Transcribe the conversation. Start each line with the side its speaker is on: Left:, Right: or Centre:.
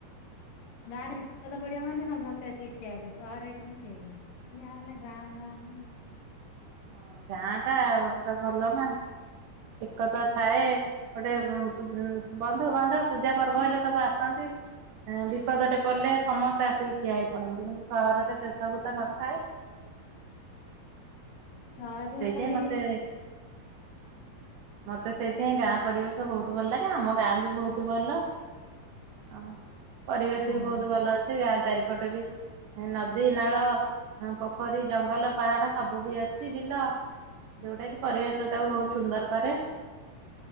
Left: ଗାଁରେ ବିପଦ ପଡିବ ମାନେ ସମସ୍ତେ ଆସିକି ଠିଆବେ ସହରରେ କିନ୍ତୁ କେହି ନୁହଁ। ଯାହଲେ ଗାଁ ଗାଁ ନା
Right: ହଁ ଗାଁ ଟା ପୁରା ଭଲ ନା ଏକଥା ଥାଏ। ଗୋଟେ ଉ ବନ୍ଧୁ ବାନ୍ଧବ ପୂଜା ପର୍ବ ହେଲେ ସବୁ ଆସନ୍ତି। ବିପଦଟେ ପଡ଼ିଲେ ସମସ୍ତେ ଆସିକି ଠିଆ ହେଇ ପଡ଼ନ୍ତି କିନ୍ତୁ ସହରରେ ସେସବୁ ତ ନଥାଏ
Left: ତରେ
Right: ସେଇଥିପାଇଁ
Left: ଖାଲି
Right: ମତେ ମତେ ସେଇଥିପାଇଁ ଗାଁ ପରିବେଶ ବହୁତ ଭଲ ଲାଗେ ଆମ ଗାଁ ବି ବହୁତ ଭଲ। ଆଉ ପରିବେଶ
Left: ହଁ
Right: ବି ବହୁତ ଭଲ ଅଛି ଗାଁ ଚାରିପଟ ବି ନଦୀ ନାଳ ପୋଖରୀ ଜଙ୍ଗଲ ପାହାଡ ସବୁ ବି ଅଛି ବିଲ। ଯୋଉଟା କି ପରିବେଶଟାକୁ ବହୁତ ସୁନ୍ଦର କରେ।